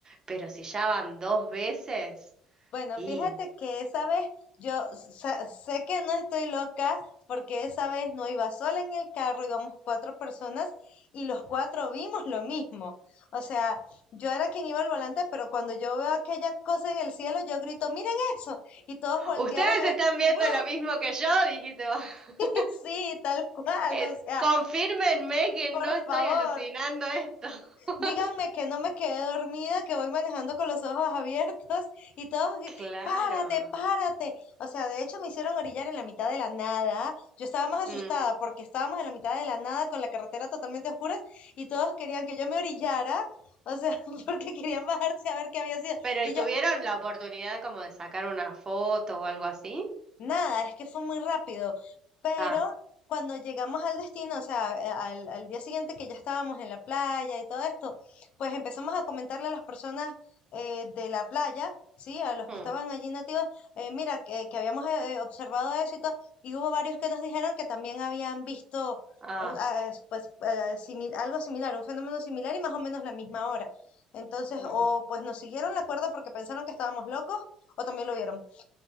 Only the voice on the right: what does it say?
pero si ya van dos veces.
Y
Ustedes
están
viendo
lo mismo que yo, dijiste vos. <laughs>
Eh,
confírmenme que
no estoy
alucinando esto. <laughs>
Claro.
Mm.
Pero,
¿y tuvieron
la oportunidad como de sacar una foto o algo así?
Ah,
mm,
ah,
mm.